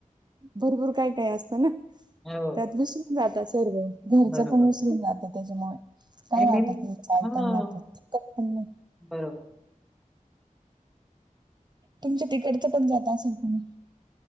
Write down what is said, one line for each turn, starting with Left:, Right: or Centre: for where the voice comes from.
Right: भरपूर काय काय असतं ना
Centre: हो,
Right: त्यात विसरून जातात सर्व घरचं
Centre: बरोबर
Right: पण विसरून जातं त्याच्यामुळे काय
Centre: आणि मेन
Right: वाटत नाही चालताना
Centre: हां,
Right: पण मी
Centre: बरोबर
Right: तुमच्या तिकडचं पण जात असं कुणी